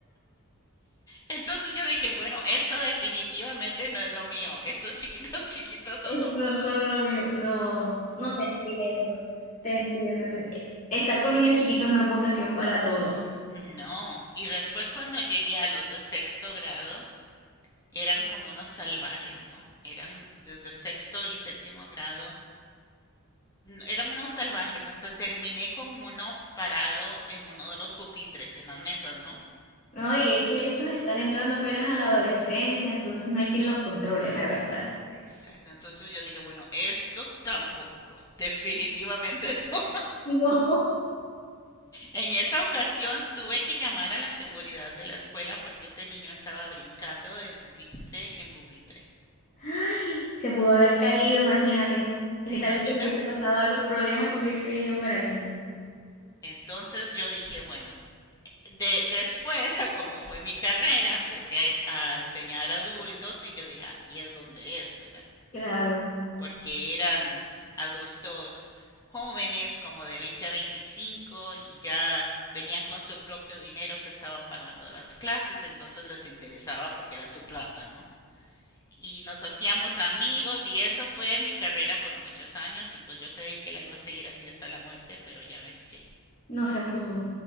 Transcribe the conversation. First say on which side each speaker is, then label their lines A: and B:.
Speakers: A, on the left; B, on the left.
A: Entonces yo dije, bueno, esto definitivamente no es lo mío. Estos chiquitos, <laughs> chiquitos,
B: Es-
A: no, no.
B: No son lo mío, no, no te entiendo, te entiendo. te- Estar con niños chiquitos no es vocación para todos,
A: No. Y después cuando llegué a los de sexto grado, eran como unos salvajes, ¿no? Eran desde sexto y séptimo grado. Eran unos salvajes. Hasta terminé con uno parado en uno de los pupitres, en las mesas, ¿no?
B: ¿no? Y es que estos están entrando apenas a la adolescencia, entonces no hay quien los controle, la verdad.
A: Exacto. Entonces yo dije, bueno, estos tampoco. Definitivamente <laughs> no.
B: <laughs> No.
A: En esa ocasión tuve que llamar a la seguridad de la escuela porque este niño estaba brincando de pupitre en pupitre.
B: Ay, se pudo haber caído, imagínate. Que
A: ¿Te imaginas?
B: tal vez te hubiese pasado algo, el problema que hubiese ido para ti.
A: Entonces yo dije, bueno, de, después, a como fue mi carrera, empecé a, a enseñar adultos y yo dije, aquí es donde es, ¿verdad?
B: Claro,
A: Porque eran adultos jóvenes como de 20 a 25 y ya venían con su propio dinero, se estaban pagando las clases, entonces les interesaba porque era su plata, ¿no? y nos hacíamos amigos y eso fue mi carrera por muchos años y pues yo creí que la iba a seguir así hasta la muerte, pero ya ves que
B: no se pudo.